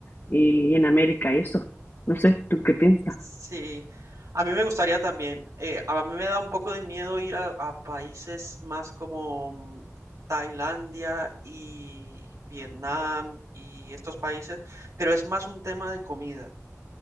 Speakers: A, on the left; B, on the right.
A: y, y en América y eso. No sé, ¿tú qué piensas?
B: Sí, a mí me gustaría también. eh, a mí me da un poco de miedo ir a, a países más como mm, Tailandia y Vietnam y estos países, pero es más un tema de comida.